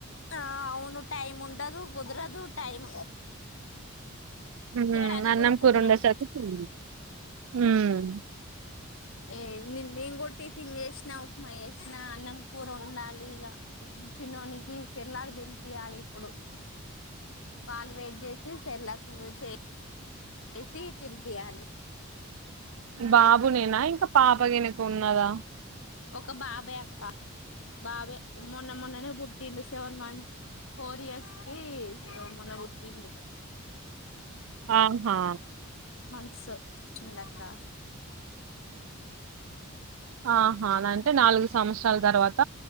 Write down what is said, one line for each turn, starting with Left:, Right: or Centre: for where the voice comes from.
Left: ఆ అవును టైం ఉండదు కుదరదు టైం
Right: మ్ హుమ్
Left: చేయడానికి
Right: అన్నం
Left: కూడా కుదరదు
Right: కూరొండెసరికి మ్.
Left: ఏ నిన్ను నేను కొట్టి తింగేసినా ఉప్మా వేసిన అన్నం కూూర వండాలి ఇక చిన్నోనికి సిర్లాకు తినిపియాలి ఇప్పుడు పాలు వేడి చేసి సిర్లాకు చేసి తినిపియాలి
Right: బా గునేనా ఇంకా పాపగనకు ఉన్నదా
Left: ఒక బాబే అక్క బాబే మొన్న మొన్ననే పుట్టిండు సెవెన్ మంత్ ఫోర్ ఇయర్స్ కి మొన్న పుట్టిండు
Right: ఆహా
Left: సందకా <unintelligible>
Right: ఆహా అంటే నాలుగు సంవత్సరాల తర్వాత